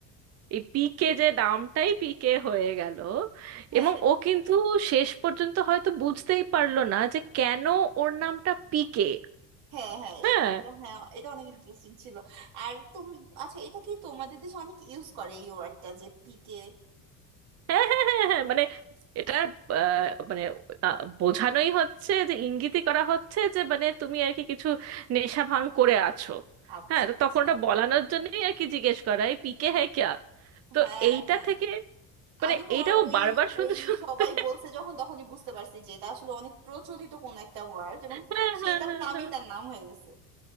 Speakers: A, on the right (about 40°); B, on the right (about 80°).
A: এই পিকে যে নামটাই পিকে হয়ে গেল
B: হ্যাঁ
A: এবং ও কিন্তু শেষ পর্যন্ত হয়তো বুঝতেই পারলো না যে কেন ওর নামটা পিকে
B: হ্যাঁ হ্যাঁ
A: হ্যাঁ
B: এ- এটা হ্যাঁ এটা অনেক ইন্টারেস্টিং ছিল আর তুমি আচ্ছা এটা কি তোমাদের দেশে অনেক ইউজ করে এই ওয়ার্ডটা যে পিকে
A: হ্যাঁ হ্যাঁ হ্যাঁ হ্যাঁ মানে এটা আহ, মানে আহ, বোঝানোই হচ্ছে যে ইঙ্গিতই করা হচ্ছে যে মানে তুমি আর কি কিছু নেশা ভাঙ করে আছো
B: আচ্ছা
A: হ্যাঁ তো তখন
B: আচ্ছা
A: ওটা বলানোর জন্যই আর কি জিজ্ঞেস করা এই পিকে হ্যাঁ ক্যা তো
B: হ্যাঁ
A: এইটা
B: হ্যাঁ
A: থেকে মানে
B: আমি তোমার
A: এইটাও
B: ওই
A: বারবার শুনতে
B: ওই
A: শুনতে
B: সবাই বলছে যখন তখনই বুঝতে পারছি যে এটা আসলে অনেক প্রচলিত কোন একটা ওয়ার্ড এবং
A: হ্যাঁ
B: সেটার
A: হ্যাঁ হ্যাঁ
B: নামই
A: হ্যাঁ
B: তার নাম হয়ে গেছে